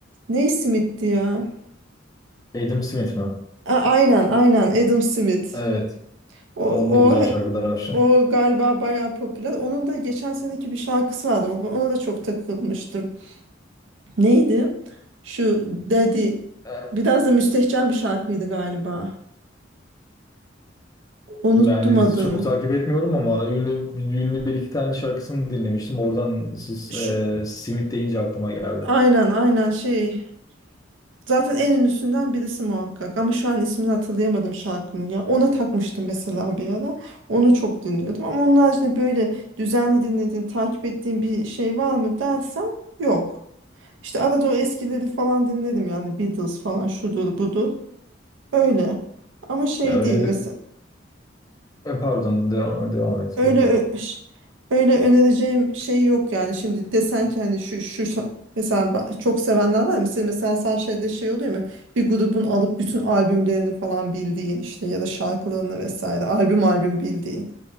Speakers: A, on the right; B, on the left.
A: ne Smith'ti ya
B: Adam Smith mi?
A: A- aynen aynen Adam Smith
B: Evet.
A: o, o
B: Onun da güzel şarkıları var.
A: O galiba bayağı popüler. Onun da geçen seneki bir şarkısı vardı. Bak, Ona da çok takılmıştım. Neydi? Şu Daddy.
B: <laughs>
A: Biraz da müstehcen bir şarkıydı galiba. Unuttum
B: Yani
A: adını.
B: çok takip etmiyorum ama ünlü ünlü bir iki tane şarkısını dinlemiştim. Oradan siz
A: Şu,
B: e, simit deyince aklıma geldi.
A: aynen aynen şey. Zaten en ünlüsünden birisi muhakkak. Ama şu an ismini hatırlayamadım şarkının ya. Ona takmıştım mesela bir ara. Onu çok dinliyordum. Ama onun haricinde böyle düzenli dinlediğin, takip ettiğin bir şey var mı dersen yok. İşte arada o eskileri falan dinledim yani Beatles falan şudur budur. Öyle. Ama şey
B: Ya öne
A: değil mesela
B: pardon devam, devam
A: <clears throat>
B: et
A: öyle
B: pardon.
A: ö- ş- öyle önereceğim şey yok yani şimdi desen ki hani şu şu şa- mesela ba- çok sevenler var ya, mesela mesela sen şeyde şey oluyor mu bir grubun alıp bütün albümlerini falan bildiğin işte ya da şarkılarını vesaire albüm albüm bildiğin